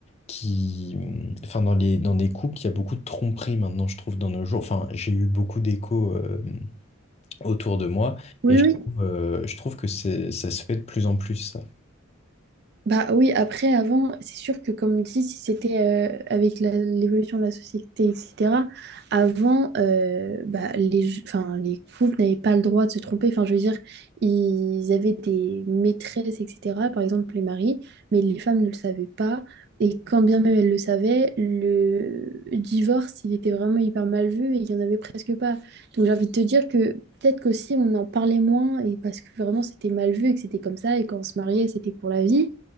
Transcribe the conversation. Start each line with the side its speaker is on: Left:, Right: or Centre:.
Left: qui, hum, enfin, dans les, dans des couples, il y a beaucoup de tromperies maintenant, je trouve, dans nos jours. Enfin, j'ai eu beaucoup d'échos, euh, mmh, autour de moi
Right: Oui,
Left: et je trouve, euh, je trouve que c'est, ça se fait de plus en plus, ça.
Right: Bah oui, après, avant, c'est sûr que comme dit, si c'était euh, avec la- l'évolution de la société, etc., avant, euh, bah, les, ju- enfin, les couples n'avaient pas le droit de se tromper. Enfin, je veux dire, ils avaient des maîtresses, etc., par exemple les maris, mais les femmes ne le savaient pas. Et quand bien même elles le savaient, le divorce, il était vraiment hyper mal vu et il n'y en avait presque pas. Donc j'ai envie de te dire que peut-être qu'aussi on en parlait moins et parce que vraiment c'était mal vu et que c'était comme ça et quand on se mariait, c'était pour la vie.